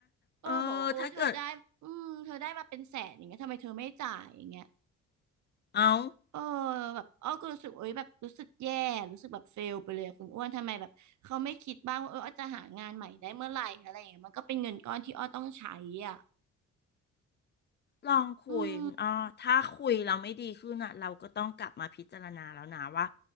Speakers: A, on the right (about 70°); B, on the left (about 35°).
A: เออบอกว่าโอ๊ยเธอได้อืมเธอได้มาเป็นแสนอย่างเงี้ยทำไมเธอไม่จ่ายอย่างเงี้ย
B: เออถ้าเกิดเอา
A: เออแบบอ้อก็รู้สึกโอ๊ยแบบรู้สึกแย่รู้สึกแบบเฟลไปเลยอะคุณอ้วนทำไมแบบเขาไม่คิดบ้างว่าเอออ้อจะหางานใหม่ได้เมื่อไหร่อะไรอย่างเงี้ยมันก็เป็นเงินก้อนที่อ้อต้องใช้อ่ะ
B: ลองคุยคุณอ้อถ้าคุยเราไม่ดีขึ้นอ่ะเราก็ต้องกลับมาพิจารณาแล้วนะว่า
A: อืม